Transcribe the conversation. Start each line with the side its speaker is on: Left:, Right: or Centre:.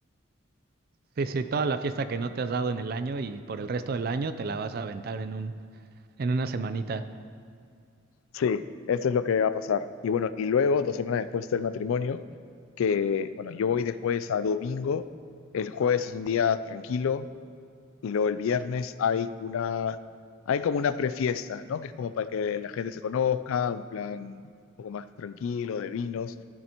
Right: Sí, sí, toda la fiesta que no te has dado en el año y por el resto del año te la vas a aventar en un, en una semanita.
Left: Sí, eso es lo que va a pasar. Y bueno, y luego, dos semanas después del matrimonio, que bueno, yo voy de jueves a domingo. El jueves es un día tranquilo, Y luego el viernes hay una, hay como una prefiesta, ¿no? Que es como para que la gente se conozca, un plan un poco más tranquilo de vinos.